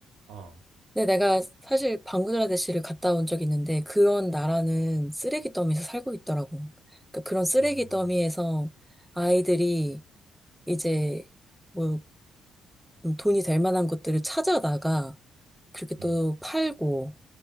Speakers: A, on the right (about 85°); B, in the centre.
A: 어,
B: 근데 내가 사실 방글라데시를 갔다 온 적이 있는데 그런 나라는 쓰레기 더미에서 살고 있더라고. 그러니까 그런 쓰레기
A: 음,
B: 더미에서 아이들이 이제 뭐 돈이 될 만한 것들을 찾아다가 그렇게 또
A: 음,
B: 팔고